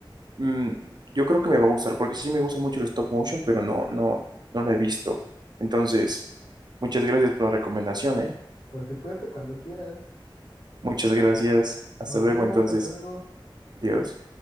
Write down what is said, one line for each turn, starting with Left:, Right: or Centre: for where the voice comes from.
Right: mm, yo creo que me va a gustar, porque sí me gusta mucho el stop motion, pero no, no, no la he visto. Entonces, muchas gracias por la recomendación, ¿eh?
Left: Por supuesto, cuando quieras.
Right: Muchas gracias. Hasta
Left: Nos
Right: luego,
Left: vemos,
Right: entonces.
Left: hasta luego.
Right: Adiós.